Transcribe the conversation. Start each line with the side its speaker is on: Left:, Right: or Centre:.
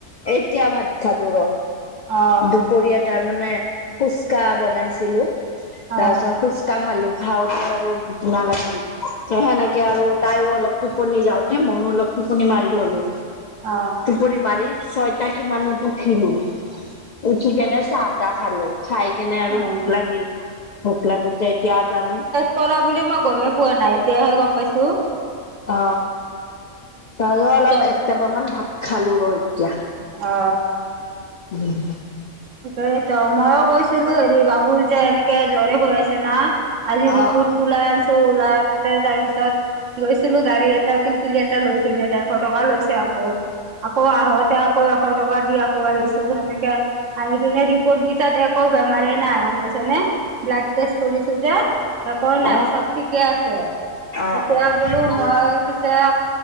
Left: এতিয়া ভাত খালো ৰ
Right: অ
Left: দুপৰীয়াত তাৰ মানে ফুচকা বনাইছিলো
Right: অ
Left: তাৰ
Right: অ
Left: পিছত ফুচকা খালো খা আৰু ঘূটনা লাগিল স সেনেকে আৰু তাইয়ো অলপ টোপনি যাওঁতে মইয়ো অলপ টোপনি মাৰি ললো
Right: অ
Left: টোপনি মাৰি ছয়টা কিমানোত উঠিলো উঠি কেনে চাহ তাহ খালো খাই কেনে আৰু
Right: অ
Left: ভোক লাগিল ভোক লাগোতে এতিয়া তাৰ মানে
Right: চল বুলি মই গমেই পোৱা নাই তেতিয়াহে গম পাইছো
Left: অ তাৰত অলপ
Right: তই
Left: একটাব মান ভাত খালো ৰ এতিয়া
Right: অ
Left: উম
Right: তিকেই ত মইও গৈছিলো হেৰি বাবুৰ যে এনেকে জ্বৰে হৈ আছে না আজি ৰিপুত
Left: অ',
Right: ওলাই আনছো ওলাই আনাতে তাৰ পিছত লৈছিলো গাড়ী এটা পিলপুলি এটা লৈ পিনে ডেৰশ টকা লৈছে আকৌ আকৌ আহোঁতে আকৌ এশ টকা দি আকৌ আহিছো সেনেকে আৰু সেইনে ৰিপৰ্ট কেইটাত একো বেমাৰে নাই গম পাইছেনেে ব্লাড টেষ্ট কৰিছো যে ত ক নাই
Left: অ',
Right: সব ঠিকে আছে
Left: অ',
Right: এতিয়া
Left: অ',
Right: বোলো
Left: ভালে
Right: মই পিছে আ